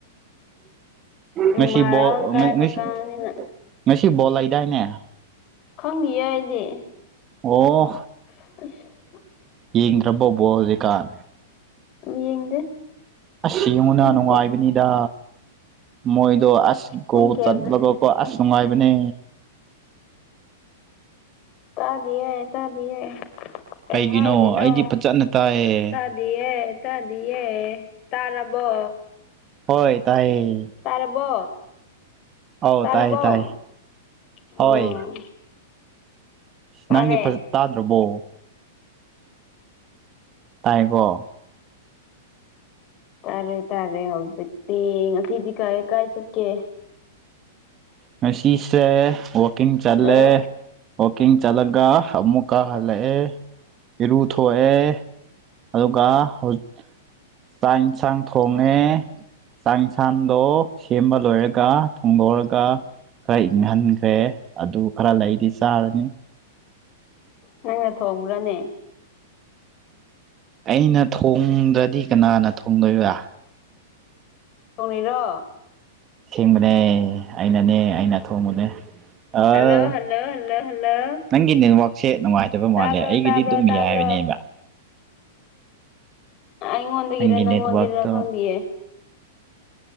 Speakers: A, on the right; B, on the left.
A: ꯉꯁꯤ
B: ꯃꯔꯥꯡ
A: ꯕꯣꯜ
B: ꯀꯥꯏꯕ
A: ꯉ ꯉꯁꯤ
B: ꯀꯥꯡꯅꯤꯅ
A: ꯉꯁꯤ ꯕꯣꯜ ꯂꯩ ꯗꯥꯏꯅꯦ
B: ꯈꯪꯗꯤꯌꯦ ꯑꯩꯗꯤ
A: ꯑꯣ
B: ꯑꯁ
A: ꯌꯦꯡꯗ꯭ꯔꯕꯣ ꯕꯣꯜ ꯍꯧꯖꯤꯛꯀꯥꯟ
B: ꯌꯦꯡꯗꯦ
A: ꯑꯁ ꯌꯦꯡꯉꯨꯅ
B: ꯄꯨꯡ
A: ꯅꯨꯡꯉꯥꯏꯕꯅꯤꯗ
B: ꯀꯌꯥ
A: ꯃꯣꯏꯗꯣ ꯑꯁ
B: ꯄꯨꯡ
A: ꯒꯣꯜ
B: ꯀꯌꯥꯗ
A: ꯆꯟꯕꯒꯀꯣ ꯑꯁ ꯅꯨꯡꯉꯥꯏꯕꯅꯦ
B: ꯇꯥꯗꯤꯌꯦ ꯇꯥꯗꯤꯌꯦ ꯀꯩ
A: ꯀꯩꯒꯤꯅꯣ
B: ꯍꯥꯏꯔꯤꯅꯣ
A: ꯑꯩꯗꯤ ꯐꯖꯅ ꯇꯥꯏꯌꯦ
B: ꯇꯥꯗꯤꯌꯦ ꯇꯥꯗꯤꯌꯦ ꯇꯥꯔꯕꯣ
A: ꯍꯣꯏ ꯇꯥꯏꯌꯦ
B: ꯇꯥꯔꯕꯣ
A: ꯑꯧ
B: ꯇꯥꯔꯕꯣ
A: ꯇꯥꯏ ꯇꯥꯏ
B: ꯑꯣ
A: ꯍꯣꯏ
B: ꯇꯥꯔꯦ
A: ꯅꯪꯒꯤ ꯐꯖ ꯇꯥꯗ꯭ꯔꯕꯣ ꯇꯥꯏꯀꯣ
B: ꯇꯥꯔꯦ ꯇꯥꯔꯦ ꯍꯧꯖꯤꯛꯇꯤ ꯉꯁꯤꯗꯤ ꯀꯥꯏ ꯀꯥꯏ ꯆꯠꯀꯦ
A: ꯉꯁꯤꯁꯦ ꯋꯥꯀꯤꯡ ꯆꯠꯂꯦ
B: ꯍꯜꯂꯣ
A: ꯋꯀꯤꯡ ꯆꯠꯂꯒ ꯑꯃꯨꯛꯀ ꯍꯜꯂꯛꯑꯦ ꯏꯔꯨ ꯊꯣꯛꯑꯦ ꯑꯗꯨꯒ ꯍꯧꯖꯤꯛ ꯆꯥꯛ ꯏꯟꯁꯥꯡ ꯊꯣꯡꯉꯦ ꯆꯥꯛ ꯏꯟꯁꯥꯡꯗꯣ ꯁꯦꯝꯕ ꯂꯣꯏꯔꯒ ꯊꯣꯡꯗꯣꯛꯔꯒ ꯈꯔ ꯏꯪꯍꯟꯈ꯭ꯔꯦ ꯑꯗꯨ ꯈꯔ ꯂꯩꯗꯤ ꯆꯥꯔꯅꯤ
B: ꯅꯪꯅ ꯊꯣꯡꯕ꯭ꯔꯅꯦ
A: ꯑꯩꯅ ꯊꯣꯡꯗ꯭ꯔꯗꯤ ꯀꯅꯥꯅ ꯊꯣꯡꯗꯣꯏꯔꯥ
B: ꯊꯣꯡꯂꯤꯔꯣ
A: ꯁꯦꯡꯕꯅꯦ ꯑꯩꯅꯅꯦ ꯑꯩꯅ ꯊꯣꯡꯕꯅꯦ <unintelligible>
B: ꯍꯜꯂꯣ ꯍꯜꯂꯣ ꯍꯜꯂꯣ ꯍꯜꯂꯣ
A: ꯅꯪꯒꯤ ꯅꯦꯠꯋꯥꯛꯁꯦ ꯅꯨꯡꯉꯥꯏꯇꯕ
B: ꯇꯥꯕ꯭ꯔꯣ
A: ꯃꯥꯜꯂꯦ ꯑꯩꯒꯤꯗꯤ
B: ꯇꯥꯕ꯭ꯔꯣ
A: ꯑꯗꯨꯝ
B: ꯇꯥꯕ꯭ꯔꯣ
A: ꯌꯥꯏꯕꯅꯦꯕ <unintelligible>
B: ꯑꯩꯉꯣꯟꯗꯒꯤꯔ
A: ꯅꯪꯒꯤ
B: ꯅꯪꯉꯣꯟꯗꯩꯔ
A: ꯅꯦꯠꯋꯥꯛꯇꯣ
B: ꯈꯪꯗꯦꯌꯦ